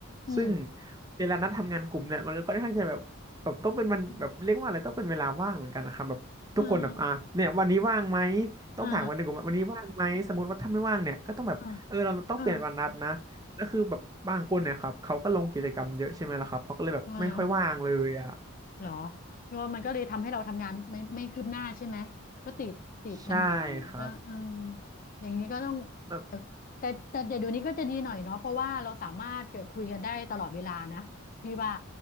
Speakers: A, on the left; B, on the right.
A: อืม
B: ซึ่งเวลานัดทำงานกลุ่มเนี่ยมันก็ค่อนข้างจะแบบแบบต้องเป็นมันแบบเรียกว่าอะไรต้องเป็นเวลาว่างเหมือนกันนะครับแบบทุกคนแบบอ่าเนี่ยวันนี้ว่างไหม
A: อืมอ่า
B: ต้องถามวันในกลุ่มว่าวันนี้ว่างไหมสมมติว่าถ้าไม่ว่างเนี่ยก็ต้องแบบเออเราต้องเปลี่ยนวันนัดนะก็คือแบบบางคนเนี่ยครับเขาก็ลงกิจกรรมเยอะใช่ไหมล่ะครับเขาก็เลยแบบไม่ค่อยว่างเลยอ่ะ
A: อ่าอ่าอ่าอ่า เหรอแล้วมันก็เลยทำให้เราทำงานไม่ไม่คืบหน้าใช่ไหม ก็ติดติดปัญหาก็เออ
B: ใช่ครับ
A: อย่างนี้ก็ต้อง
B: แบบ
A: แต่แต่แต่เดี๋ยวเดี๋ยวนี้ก็จะดีหน่อยเนาะเพราะว่าเราสามารถเผื่อคุยกันได้ตลอดเวลานะพี่ว่า